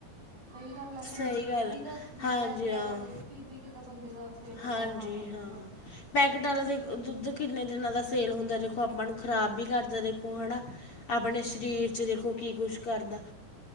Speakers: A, on the right (about 50°); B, on the left (about 40°).
A: ਸਹੀ ਗੱਲ ਆ ਕਿ ਨਹੀਂ।
B: ਸਹੀ ਗੱਲ
A: ਨਹੀਂ
B: ਹੈ।
A: ਤਾਂ
B: ਹਾਂਜੀ
A: ਪੈਕੇਟ
B: ਹਾਂ
A: ਵਾਲਾ ਦੁੱਧ ਪੀ -ਪੀ ਕੇ ਤਾਂ ਬੰਦੇ ਦਾ ਫੇਰ ਬੁਰਾ
B: ਹਾਂਜੀ
A: ਹਾਲ ਹੋਜੂਗਾ।
B: ਹਾਂ ਪੈਕਟ ਵਾਲਾ ਦੇ ਦੁੱਧ ਕਿੰਨੇ ਦਿਨਾਂ ਦਾ ਸੇਲ ਹੁੰਦਾ ਦੇਖੋ ਆਪਾਂ ਨੂੰ ਖ਼ਰਾਬ ਵੀ ਕਰਦਾ ਦੇਖੋ। ਹੁਣ ਅਪਣੇ ਸਰੀਰ ਚ ਦੇਖੋ ਕੀ ਕੁਛ ਕਰਦਾ।